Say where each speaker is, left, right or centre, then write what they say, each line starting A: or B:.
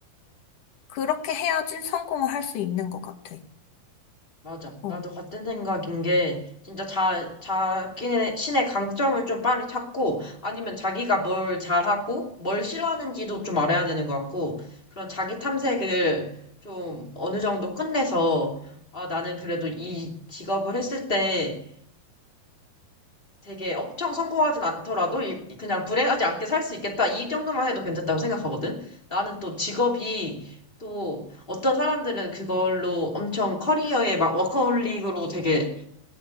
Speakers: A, on the left (about 65°); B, on the left (about 15°).
A: 그렇게 해야지 성공을 할 수 있는 것 같아.
B: 맞아.
A: 어,
B: 나도 같은 생각인 게, 진짜 자, 자기네, 신의 강점을 좀 빨리 찾고, 아니면 자기가 뭘 잘하고, 뭘 싫어하는지도 좀 알아야 되는 것 같고, 그런 자기 탐색을 좀 어느 정도 끝내서, 아, 나는 그래도 이 직업을 했을 때 되게 엄청 성공하진 않더라도, 이- 그냥 불행하지 않게 살 수 있겠다. 이 정도만 해도 괜찮다고 생각하거든. 나는 또 직업이, 또 어떤 사람들은 그걸로 엄청 커리어에 막 워커홀릭으로 되게